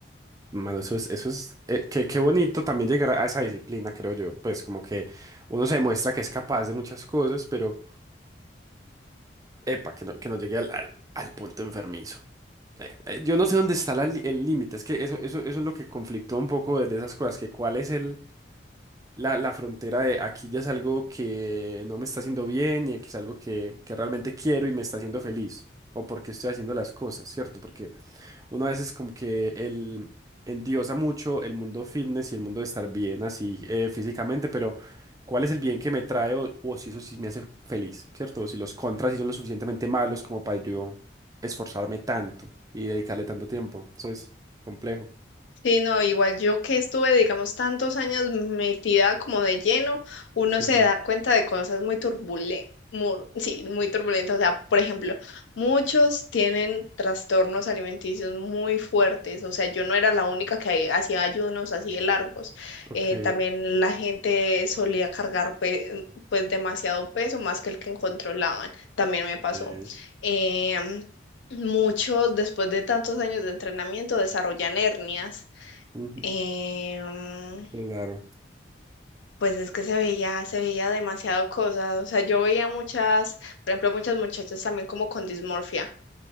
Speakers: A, on the right; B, on the left.
A: Mano, eso es, eso es, eh, qué, qué bonito también llegar a a esa disciplina, creo yo. Pues como que uno se demuestra que es capaz de muchas cosas, pero, epa, que no, que no llegue al, al, al punto enfermizo. Eh, eh, yo no sé dónde está la li- el límite, es que eso, eso, eso es lo que conflictó un poco de, de esas cosas, que cuál es el, la, la frontera de aquí ya es algo que no me está haciendo bien y aquí es algo que, que realmente quiero y me está haciendo feliz, o porque estoy haciendo las cosas, ¿cierto? Porque... Uno a veces como que el, endiosa mucho el mundo fitness y el mundo de estar bien así eh, físicamente, pero ¿cuál es el bien que me trae o, o si eso sí me hace feliz, ¿cierto? O si los contras sí son lo suficientemente malos como para yo esforzarme tanto y dedicarle tanto tiempo. Eso es complejo.
B: Sí, no, igual yo que estuve, digamos, tantos años metida como de lleno, uno
A: Ujú.
B: se da cuenta de cosas muy turbulentas, sí, muy turbulentas. O sea, por ejemplo, muchos tienen trastornos alimenticios muy fuertes. O sea, yo no era la única que hacía ayunos así de largos.
A: Ok,
B: Eh, también la gente solía cargar pe- pues demasiado peso, más que el que controlaban. También me pasó.
A: Eh,
B: Em, Muchos, después de tantos años de entrenamiento, desarrollan hernias
A: ujú,
B: em,
A: Claro.
B: pues es que se veía, se veía demasiado cosas. O sea, yo veía muchas, por ejemplo, muchas muchachas también como con dismorfia.